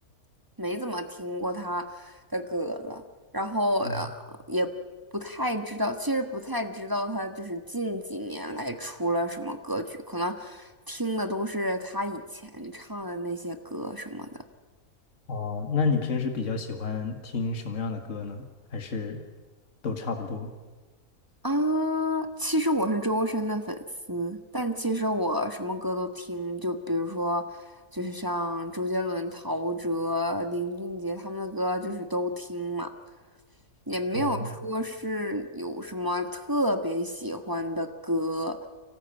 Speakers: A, on the right (about 15°); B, on the left (about 55°).
A: 没怎么听过他的歌了，然后呃也不太知道，
B: 嗯，
A: 其实不太知道他就是近几年来出了什么歌曲，可能听的都是他以前唱的那些歌什么的。
B: 哦，那你平时比较喜欢听什么样的歌呢？还是都差不多？
A: 啊，其实我是周深的粉丝，但其实我什么歌都听，就比如说，就是像周杰伦、陶喆、林俊杰他们的歌，就是都听嘛，也没有说是有什么特别喜欢的歌。
B: 哦。